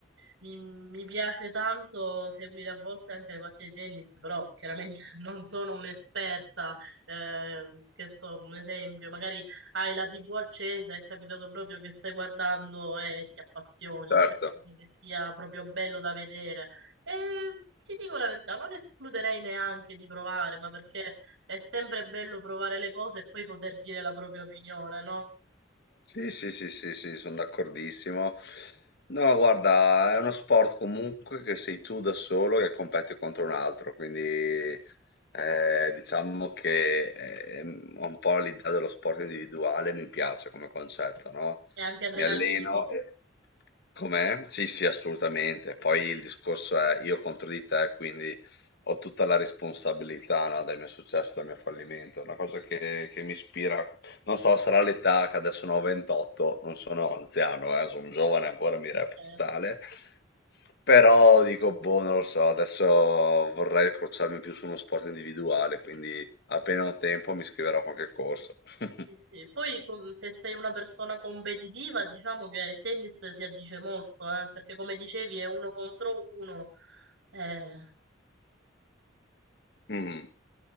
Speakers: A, on the right; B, on the left.
A: mi, mi piace tanto seguire a volte anche le partite di tennis, però chiaramente <laughs> non sono un'esperta, eh, che so, un esempio, magari hai la TV accesa, è capitato proprio che stai guardando e ti appassioni,
B: Certo.
A: cioè penso che sia proprio bello da vedere. E ti dico la verità, non escluderei neanche di provare, ma perché è sempre bello provare le cose e poi poter dire la propria opinione, no?
B: Sì, sì, sì, sì, sì, sono d'accordissimo. No, guarda, è uno sport comunque che sei tu da solo che competi contro un altro, quindi eh, diciamo che ehm, ho un po' l'idea dello sport individuale, mi piace come concetto, no?
A: È anche adrenalinico,
B: Mi alleno e... Com'è? Sì, sì, assolutamente. Poi il discorso è io contro di te, quindi ho tutta la responsabilità, no, del mio successo, del mio fallimento, una cosa che, che mi ispira non so, sarà l'età che adesso ne ho 28, non sono anziano, eh, sono giovane ancora, mi reputo
A: certo.
B: tale, però dico, boh, non lo so, adesso vorrei approcciarmi più su uno sport individuale, quindi appena ho tempo mi iscriverò a qualche corso. <laughs>
A: Sì, sì. Poi com- se sei una persona competitiva, diciamo che il tennis si addice molto, eh, perché come dicevi è uno contro uno. Eh,
B: Mm.